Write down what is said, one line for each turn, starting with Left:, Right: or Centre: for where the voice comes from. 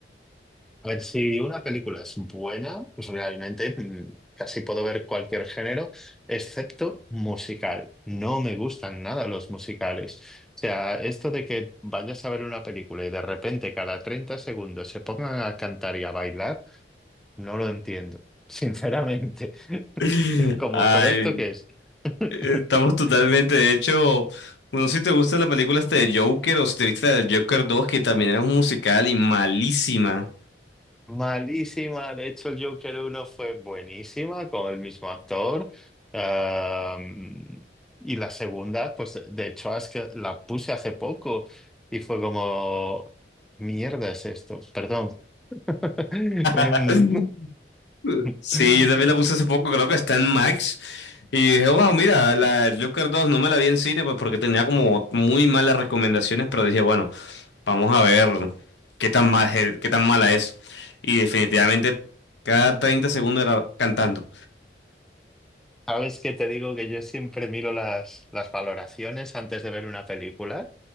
Centre: A ver, si una película es buena, pues realmente mm, casi puedo ver cualquier género, excepto musical. No me gustan nada los musicales. O sea, esto de que vayas a ver una película y de repente cada 30 segundos se pongan a cantar y a bailar, no lo entiendo, <laughs> sinceramente. <laughs>
Left: <laughs>
Centre: Es como,
Left: Ay,
Centre: ¿pero esto qué es? <laughs>
Left: estamos totalmente, de hecho, bueno, si te gusta la película este de Joker o si te viste la del Joker dos que también era un musical y malísima.
Centre: Malísima. De hecho, el Joker uno fue buenísima con el mismo actor. Am, y la segunda, pues de hecho, es que la puse hace poco y fue como, mierda es esto, perdón. <laughs> Em,
Left: <laughs>
Centre: <laughs>
Left: Sí, yo también la puse hace poco, creo que está en Max. Y dije, wow, mira, la del Joker dos no me la vi en cine, pues porque tenía como muy malas recomendaciones, pero dije, bueno. Vamos a ver qué tan mal, es- qué tan mala es. Y definitivamente cada 30 segundos era cantando.
Centre: Sabes que te digo que yo siempre miro las, las valoraciones antes de ver una película